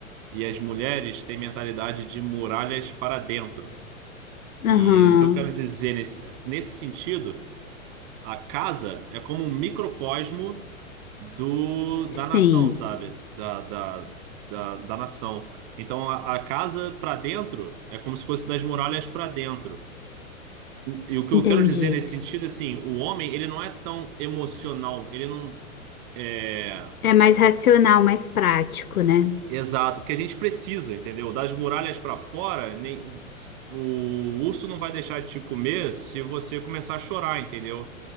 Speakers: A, on the right; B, on the left.
A: E as mulheres têm mentalidade de muralhas para dentro.
B: Aham.
A: E o que eu quero dizer nesse, nesse sentido, a casa é como um microcosmo do, da nação,
B: Sim.
A: sabe? Da, da, da, da nação. Então, a, a casa para dentro é como se fosse das muralhas para dentro. E o que
B: Entendi.
A: eu quero dizer nesse sentido, assim, o homem, ele não é tão emocional, ele não, é,
B: É mais racional, mais prático, né?
A: Exato, porque a gente precisa, entendeu? Das muralhas para fora, nem- o urso não vai deixar de te comer se você começar a chorar, entendeu?